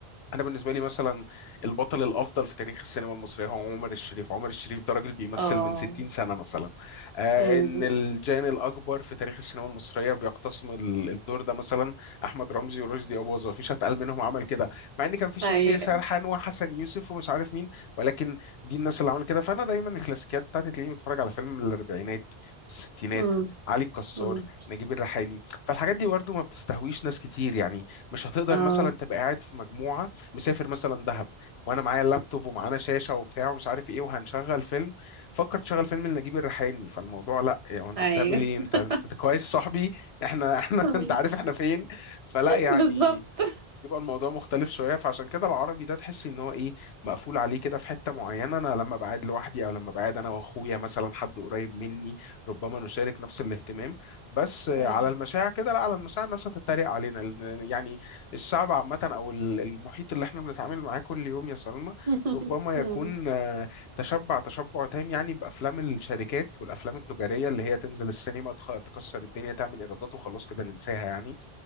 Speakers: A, on the left; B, on the right.
A: انا بالنسبه لي مثلا البطل الافضل في تاريخ السينما المصريه هو عمر الشريف عمر الشريف ده راجل بيمثل
B: اه
A: من 60 سنه مثلا آه
B: امم
A: ان الجان الاكبر في تاريخ السينما المصريه بيقتسم ال- الدور ده مثلا احمد رمزي ورشدي اباظه مفيش اتقل منهم عمل كده مع ان كان في شكري
B: ايوه
A: سرحان وحسن يوسف ومش عارف مين ولكن دي الناس اللي عملت كده فانا دايما الكلاسيكيات بتاعتي تلاقيني بتفرج على فيلم من الاربعينات والستينات
B: امم
A: علي الكسار
B: امم
A: نجيب الريحاني فالحاجات دي برضه ما بتستهويش ناس كتير يعني مش هتقدر
B: اه
A: مثلا تبقى قاعد في مجموعه مسافر مثلا دهب وانا معايا اللابتوب ومعانا شاشه وبتاع ومش عارف ايه وهنشغل فيلم فكر تشغل فيلم لنجيب الريحاني فالموضوع لا يعني انت
B: ايوه
A: بتعمل ايه انت
B: <laughs>
A: انت كويس يا صاحبي احنا احنا
B: أمم.
A: <laughs> انت عارف احنا فين فلا يعني
B: بالظبط
A: يبقى الموضوع مختلف شويه فعشان كده العربي ده تحس ان هو ايه مقفول عليه كده في حته معينه انا لما بقعد لوحدي او لما بقعد انا واخويا مثلا حد قريب مني ربما نشارك نفس الاهتمام بس آه،
B: آه.
A: على المشاع كده لا على المشاع الناس هتتريق علينا لأن يعني الشعب عامه او ال- المحيط اللي احنا بنتعامل معاه كل يوم يا سلمى
B: <laughs>
A: ربما
B: أمم.
A: يكون آه، تشبع تشبع تام يعني بافلام الشركات والافلام التجاريه اللي هي تنزل السينما تخ- تكسر الدنيا تعمل ايرادات وخلاص كده ننساها يعني